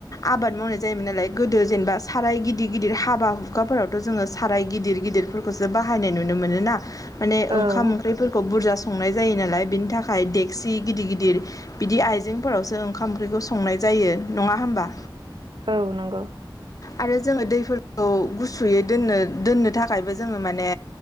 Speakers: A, on the left (about 45°); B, on the right (about 70°).
A: आबाद मावनाय जायोमोन नालाय गोदो जेनेबा साराय गिदिर गिदिर हाबा हुखाफोरावथ' जोङो साराय गिदिर गिदर गदिरफोरखौसो बाहायनाय नुनो मोन ना मान
B: औ
A: ओंख बुरजा संनाय जायो नालाय बेनि थाखाय डेक्सि गिदिर गिदिर बिदि आइजेंफोरावसो ओंखाम ओंख्रि बेखौ संनाय जायो नङा होमबा
B: औ औ नंगौ
A: आरो जोङो दैफोरखौ खौ गुसुयै दोन दोननो थाखायबो जोङो माने